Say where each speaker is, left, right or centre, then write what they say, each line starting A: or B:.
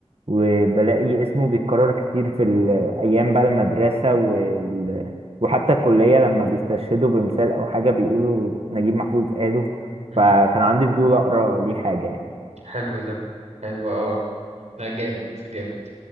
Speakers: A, on the right; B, on the right.
A: وبلاقي اسمه بيتكرر كتير في الأيام بقى المدرسة وال... وحتى الكلية لما بيستشهدوا بمثال أو حاجة بيقولوا نجيب محفوظ قاله
B: مهم.
A: فكان عندي فضول أقرأ ليه حاجة يعني
B: حلو ده حلو اه لا جامد جامد